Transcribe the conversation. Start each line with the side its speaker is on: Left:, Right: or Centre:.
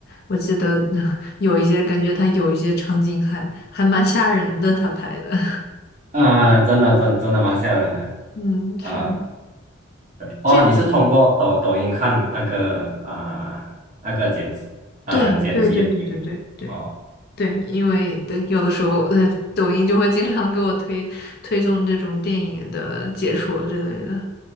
Left: 我记得 <laughs> 有一些感觉他有一些场景还还蛮吓人的，他拍的，
Right: 啊，真的真的真的蛮吓人的
Left: <laughs> 嗯，是的
Right: 啊。哦，
Left: 这种，
Right: 你是通过抖抖音看那个啊那个剪辑啊剪辑的片
Left: 对，对，对，对，对，对，对，
Right: 哦，
Left: 对，因为对，有的时候，嗯，抖音就会经常给我推推送这种电影的解说之类的，